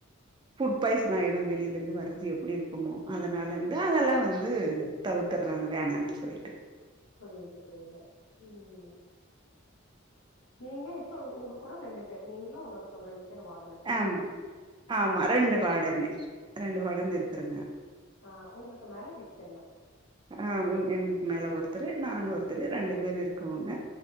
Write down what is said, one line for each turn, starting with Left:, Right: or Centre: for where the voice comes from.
Right: ஃபுட் பாய்சன் ஆயிரு வெளியிலருந்து வர்றது எப்டி இருக்குமோ அதனால இருந்து அதெல்லா வந்து தவத்தறாங்க வேணான்னு சொல்லிட்டு
Left: புரியுது புரியுது ம் நீங்க இப்ப உங்க கூட ரெண்டு பேர் நீங்களு ஒன்னொருத்தவங்க ரெண்டு பேர் வா
Right: அம் ஆமா ரெண்டு வாடன்னு ரெண்டு வாடன்னு இருக்குறங்க
Left: ஆ உங்களுக்கு மேல ஹெச் எம்மு
Right: ஆ உன் எனக் மேல ஒருத்தரு நானு ஒருத்தரு ரெண்டு பேரு இருக்குவோங்க